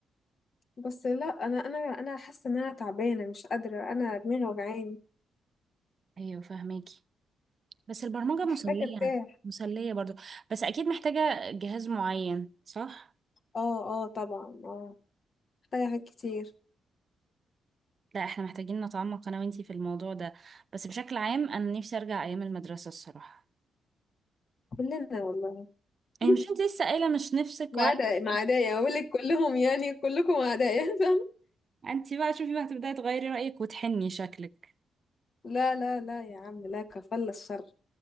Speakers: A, on the left; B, on the right.
A: بس لا انا انا انا حاسة ان انا تعبانة مش قادرة انا دماغي وجعاني
B: أيوه فهميكي بس البرمجة
A: محتاجة
B: مسلية
A: ارتاح
B: مسلية برضو بس أكيد محتاجة جهاز معين صح؟
A: اه اه طبعا اه محتاجة حاجات كتير
B: لا احنا محتاجين نتعمق أنا وإنتي في الموضوع ده بس بشكل عام أنا نفسي أرجع أيام المدرسة الصراحة
A: كلنا والله
B: يعني
A: <laughs>
B: مش انتي لسه قايلة مش نفسك
A: ما
B: وعارفة
A: عدا ما عدايا اقول لك كلهم يعني كلكم عدايا <laughs> فاهم
B: انتي بقى شوفي بقى هتبدأي تغيري رأيك وتحني شكلك
A: لا لا لا يا عم لا كفل الشر